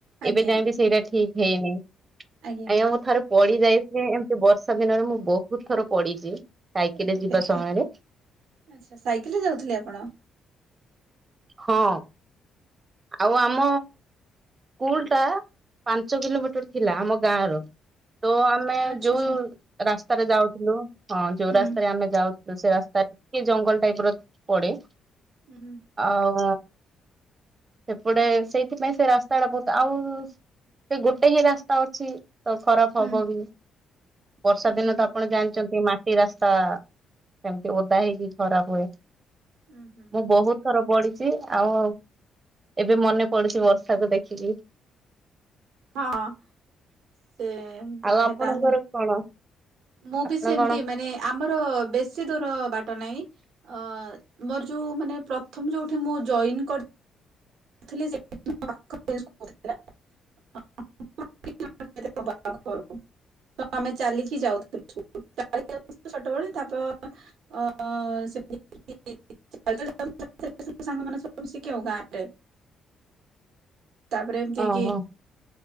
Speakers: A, on the right; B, on the right.
A: ଆଜ୍ଞା
B: ଏବେ ଯାଏବି
A: ଆଜ୍ଞା
B: ସେଇଟା ଠିକ ହେଇନି
A: ଆଜ୍ଞା
B: ଆଜ୍ଞାଁ
A: ମ୍ୟାଡାମ।
B: ମୁଁ ଥରେ ପଡିିଯାଇଛି ଏମିତି ବର୍ଷା ଦିନରେ ମୁଁ ବହୁତ ଥର ପଡିଛି। ସାଇକେଲ
A: ଏ ହେ
B: ଯିବା
A: ହେ
B: ସମୟରେ
A: ଆଚ୍ଛା ସାଇକେଲରେ ଯାଉଥିଲେ ଆପଣ?
B: ହଁ। ଆଉ ଆମ ସ୍କୁଲଟା ପାଞ୍ଚ କିଲୋମିଟର ଥିଲା ଆମ ଗାଁ ର ତ ଆମେ
A: ଆଚ୍ଛା
B: ଯୋଉ
A: ଆଚ୍ଛା
B: ରାସ୍ତାରେ ଯାଉଥିଲୁ ହଁ ଯୋଉ
A: ହୁଁ
B: ରାସ୍ତାରେ ଆମେ ଯାଉଥିଲୁ ସେ ରାସ୍ତାରେ କି ଜଙ୍ଗଲ ଟାଇପ ର ପଡେ।
A: ହୁଁ।
B: ଆଉ ସେପଟେ ସେଇଥିପାଇଁ ସେ ରାସ୍ତାଟା ବହୁତ ଆଉ ସେ ଗୋଟେ ହିଁ ରାସ୍ତା ଅଛି। ତ ଖରାପ
A: ହୁଁ।
B: ହବ
A: ହୁଁ
B: ବି ବର୍ଷା ଦିନ
A: ହୁଁ
B: ତ
A: ହୁଁ
B: ଆପଣ ଜାଣିଛନ୍ତି ମା ଟି ରାସ୍ତା ସେମିତି ଓଦା ହେଇକି ଖରାପ ହୁଏ
A: ହୁଁ ହୁଁ
B: ମୁଁ ବହୁତ ଥର ପଡିଛି ଆଉ ଏବେ ମନେ ପଡୁଛି ବର୍ଷାକୁ ଦେଖିକି?
A: ହଁ ସେ ବଢିଆ
B: ଆଉ ଆପଣଙ୍କର
A: ତାହେଲେ।
B: କଣ?
A: ମୁଁ
B: ଆପଣ
A: ବି ସେମତି
B: କଣ
A: ମାନେ ଆମର ବେଶୀ ଦୂର ବାଟ ନାହିଁ। ଅ ମୋର ଯୋଉ ମାନେ ପ୍ରଥମ ଯୋଉଠି ମୁଁ ଜଇନ୍ <inaudible> <inaudible> ତ ଆମେ ଚାଲିକି ଯାଉଥିଲୁୁ ଇସ୍କୁଲ ଚାଲିକି ଯାଉଥିଲୁ ଛୋଟବେଳେ ତାପରେ ଅ ସେ <unintelligible> ସେ ସଂଙ୍ଗମାନେ ଶଂସିକ ହ ଗ ଆରେ <unintelligible> ତାପରେ ଏମତିକି
B: ଓହୋ